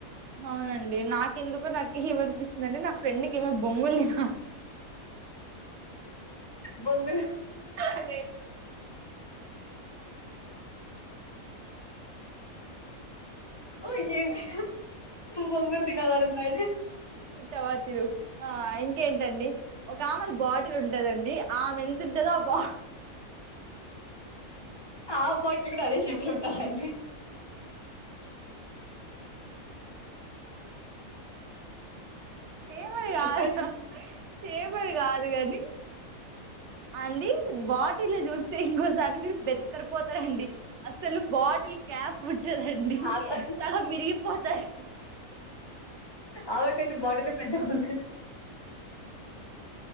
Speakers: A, on the right (about 55°); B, on the left (about 15°).
A: అవునండి నాకెందుకో నాకు ఏమనిపిస్తుందంటే నా ఫ్రెండ్కి ఏమో బొంగులు తినాలి
B: బొంగులు
A: తిన
B: మ ఏంది బొంగుల్ దినాలనుందా
A: చవాతిరు ఆ ఇంకేంటండి ఒక ఆమలు బాడ ఉంటాదండి ఆమె ఎంత ఉంటదో ఆ బా
B: ఆ బాటిల్ కూడా అదే షీ అండి
A: ఏ మై
B: చెప్పండి
A: ఆ <inaudible> చేమడి కాదు కాని అండి బాటిల్ చూస్తే ఇంకోసారి మీరు బెత్తరపోత రండి అసలు బాటిల్ క్యాప్ ఉంటదండి
B: ఆమె
A: సగం ఇరిగిపోత్ స
B: ఆమకంటే బాటలె పెద్దగుంద్